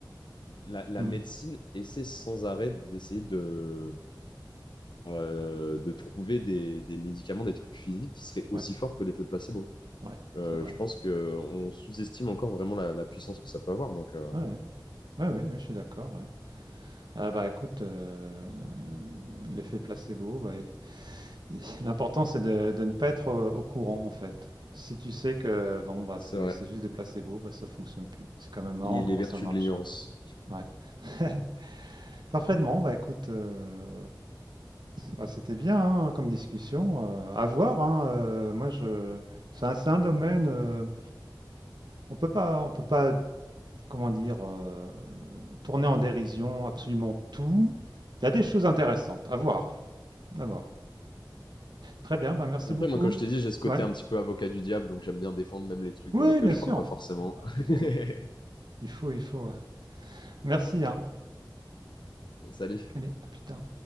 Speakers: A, on the left; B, on the right.
A: la, la
B: Mmh
A: médecine essaie sans arrêt d'essayer de euh, de trouver des, des médicaments, des trucs physiques qui seraient aussi
B: Ouais,
A: forts que l'effet placebo.
B: ouais,
A: Euh,
B: c'est vrai.
A: je pense que on sous-estime encore vraiment la, la puissance que ça peut avoir. Donc euh,
B: Ouais, ouais. Ouais, ouais, ouais, je suis d'accord, ouais. Ah bah, écoute, heu, l'effet placebo, bah, i i l'important c'est de de ne pas être, heu, au courant, en fait. Si tu sais que bon, bah,
A: c'est
B: c'est
A: vrai,
B: c'est juste des placebos, bah, ça fonctionne plus. C'est quand même marrant
A: les, les
B: comment
A: vertus
B: ça marche,
A: de l'ignorance.
B: hein. Ouais. <laughs> Parfaitement, bah écoute, heu, bah, c'était bien, hein, comme discussion, heu, à voir, hein, heu, moi je c'est un c'est un domaine, heu, on peut pas on peut pas, comment dire, heu, tourner en dérision absolument tout. Il y a des choses intéressantes à voir, à voir. Très bien, bah, merci
A: Mais Après,
B: beaucoup.
A: moi, comme je t'ai dit, j'ai ce côté
B: Ouais.
A: un petit peu avocat du diable, donc j'aime bien défendre même les trucs
B: Oui,
A: dans lesquels
B: bien
A: je
B: sûr.
A: crois pas forcément.
B: Bah,
A: <laughs>
B: il faut, hein. Il faut, il faut, ouais. Merci, hein.
A: Salut.
B: Allez, à plus tard.